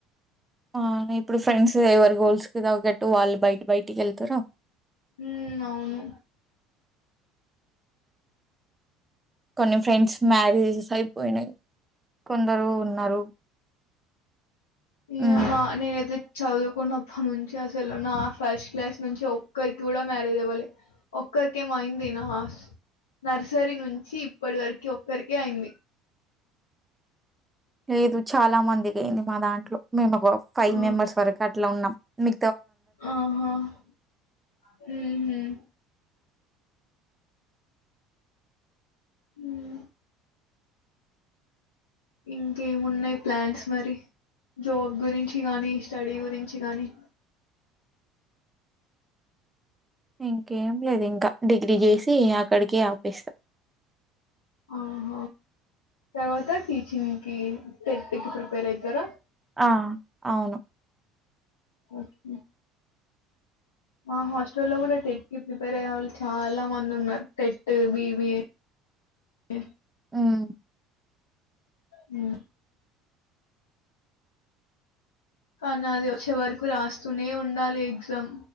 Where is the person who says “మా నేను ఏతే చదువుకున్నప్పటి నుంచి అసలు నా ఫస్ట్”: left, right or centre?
Left